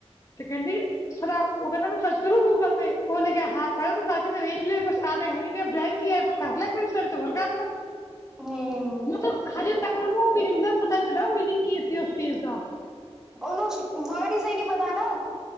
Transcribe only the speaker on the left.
ਤੇ, ਕਹਿੰਦੀ ਸਰ ਉਹ ਕਹਿੰਦਾ ਮੈਂ ਸਰਚ ਕਰੂੰ ''ਗੂਗਲ ਪੇ ਉਹਨੇ ਕਿਹਾ ਹਾ ਤੂੰ ਕਕੇ ਮ ਵੇਖ ਹੈ ਬਲੈਂਕ ਕੀ ਤੂੰ ਕਰ ਲ ਕੋਈਸ ਤੇ ਹੋਰ ਕਰਲਾ
ਮਤਲਬ! ਹਜੇ ਉਹ ਮੀਨਿੰਗ ਦਾ ਪਤਾ ਨਹੀਂ ਚੱਲਿਆ ਮੀਨਿੰਗ ਕੀ ਸੀ ਉਸ ਚੀਜ਼ ਦਾ